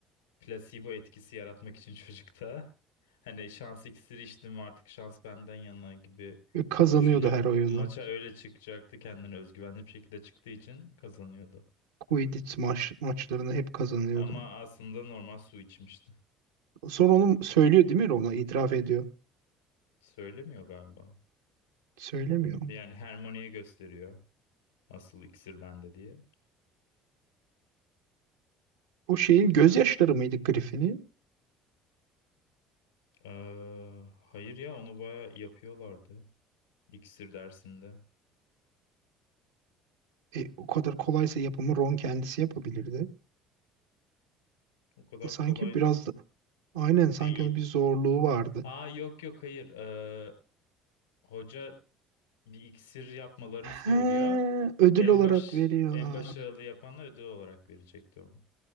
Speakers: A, on the left; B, on the right.
A: plasebo etkisi yaratmak için <laughs> çocukta. Hani şans iksiri içtim artık şans benden yana gibi
B: Ve kazanıyordu
A: düşünüp
B: her oyunu.
A: maça öyle çıkacaktı kendine özgüvenli bir şekilde çıktığı için kazanıyordu.
B: Quidditch maç, maçlarını hep kazanıyordu.
A: Ama aslında normal su içmişti.
B: Sonra onu söylüyor değil mi Ron'a? İtiraf ediyor.
A: Söylemiyor galiba.
B: Söylemiyor.
A: Yani Hermione'ye gösteriyor. Asıl iksir bende diye.
B: O şeyin gözyaşları mıydı Griffin'i?
A: Ee, hayır ya onu baya yapıyorlardı. İksir dersinde.
B: E, o kadar kolaysa yapımı Ron kendisi yapabilirdi.
A: O kadar
B: Sanki
A: kolay
B: biraz da aynen
A: değil.
B: sanki onun bir zorluğu vardı.
A: Aa yok yok hayır. Ee, hoca bir iksir yapmalarını söylüyor.
B: He, ödül
A: En
B: olarak
A: baş
B: veriyor.
A: en başarılı yapanlar ödül olarak verecekti onu.